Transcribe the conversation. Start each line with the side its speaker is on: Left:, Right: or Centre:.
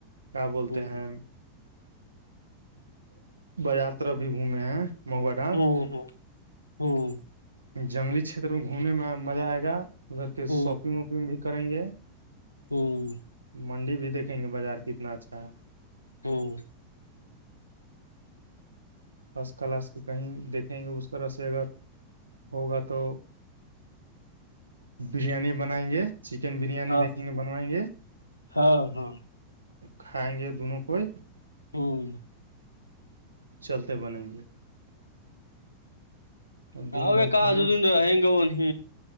Right: کیا بولتے
Left: ہ
Right: ہیں بازار طرف بھی گھومے ہیں مہوا ڈا
Left: ہوں ہوں ہوں
Right: جنگلی چھیتر میں گھومنے میں مزہ آئے گا ادھر کے
Left: ہ
Right: شاپنگ واپنگ بھی کریں گے
Left: ہوں
Right: منڈی بھی دیکیں گے بازار کتنا اچھا ہے
Left: ہوں
Right: فسٹ کلاس کے کہیں دیکھیں گے اس طرح سے اگر ہوگا تو بریانی بنائیں گے چکن بریانی
Left: ہاں
Right: دیکھیں گے بنوائیں گے
Left: ہاں ہاں
Right: کھائیں گے دونوں کوئی
Left: ہوں
Right: چلتے بنےیں گے اور
Left: ہ
Right: دن بھر
Left: ہیکا
Right: گھومیں
Left: دنا ہگ وہن ہ